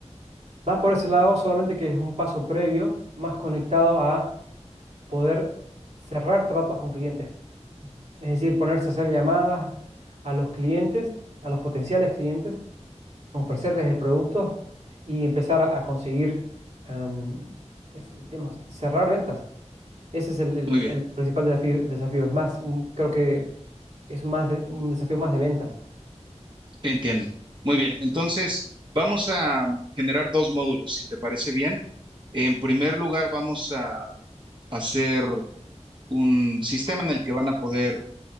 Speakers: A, on the right; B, on the right.
A: Va por ese lado, solamente que es un paso previo, más conectado a poder cerrar tratos con clientes. Es decir, ponerse a hacer llamadas a los clientes, a los potenciales clientes, ofrecerles el producto y empezar a, a conseguir, em, efe- digamos, cerrar ventas. Ese es el, el-
B: Muy bien,
A: el principal desafío, desafío. Es más, un- creo que es más de- un desafío más de ventas.
B: entiendo. Muy bien, entonces vamos a generar dos módulos, si te parece bien. En primer lugar, vamos a hacer un sistema en el que van a poder